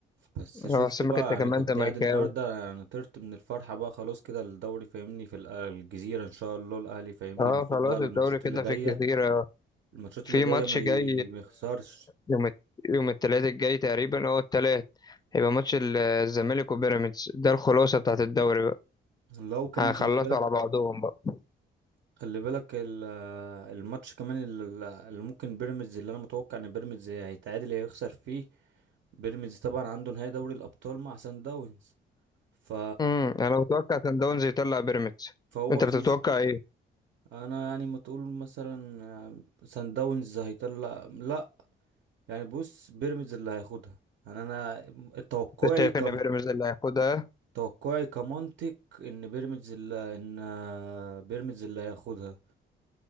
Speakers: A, on the right; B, on the left.
A: بس
B: أنا
A: شفت
B: بحسبك
A: بقى
B: أنت
A: يعني
B: كمان
A: كنت
B: زملكاوي
A: قاعد النهارده يعني طرت من الفرحة بقى خلاص كده الدوري فاهمني في الأ- الجزيرة ان شاء الله الاهلي فاهمني
B: آه
A: المفروض
B: خلاص
A: بقى الماتشات
B: الدوري كده
A: اللي جاية
B: في الجزيرة
A: الماتشات
B: في
A: اللي جاية
B: ماتش
A: ما
B: جاي
A: ي- ما يخسرش
B: يوم الت- يوم التلات الجاي تقريبا اه التلات هيبقى ماتش ال- الزمالك وبيراميدز ده الخلاصة بتاعت الدوري بقى
A: لو كمان
B: هيخلصوا
A: خلي بالك
B: على بعضهم بقى
A: خلي بالك ال- الماتش كمان ال- اللي ممكن بيراميدز اللي انا متوقع ان بيراميدز هيتعادل يا هيخسر فيه بيراميدز طبعا عنده نهائي دوري الابطال مع سان داونز ف
B: امم انا متوقع سان داونز يطلع بيراميدز
A: فهو
B: انت
A: في
B: بتتوقع
A: ز-
B: ايه؟
A: انا يعني ما تقول مثلا آه، سان داونز هيطلع لا يعني بص بيراميدز اللي هياخدها يعني انا توقعي
B: انت شايف
A: كم
B: ان بيراميدز اللي هياخدها؟
A: توقعي كمنطق ان بيراميدز اللي ان آه، بيراميدز اللي هياخدها